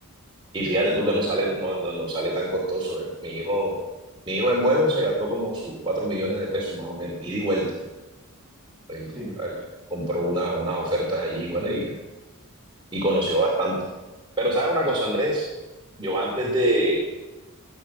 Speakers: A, on the right (about 20°); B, in the centre.
A: Y fíjate
B: No,
A: tú que
B: brutal.
A: no sale, no, no, no sale tan costoso, ¿eh? Mi hijo, mi hijo en vuelo se gastó como sus 4 millones de pesos más o menos, ida y vuelta. Él co-
B: Sí.
A: él compró una, unas ofertas allí, bueno, y, y conoció bastante. Pero ¿sabes una cosa, Andrés? Yo antes de,